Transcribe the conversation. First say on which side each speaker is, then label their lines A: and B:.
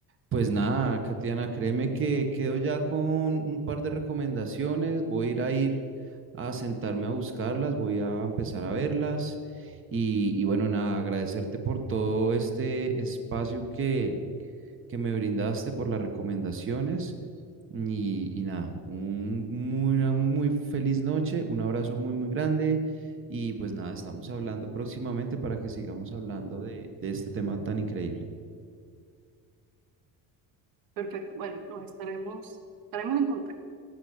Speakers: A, on the right; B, on the right.
A: Pues nada, Katiana, créeme que quedo ya con un par de recomendaciones. Voy a ir a ir a sentarme a buscarlas, voy a empezar a verlas. Y, y bueno, nada, agradecerte por todo este espacio que, que me brindaste, por las recomendaciones. Y, y nada, un, muy- una muy feliz noche, un abrazo muy, muy grande. Y pues nada, estamos hablando próximamente para que sigamos hablando de de este tema tan increíble.
B: Perfecto, bueno, nos estaremos, estaremos en contacto.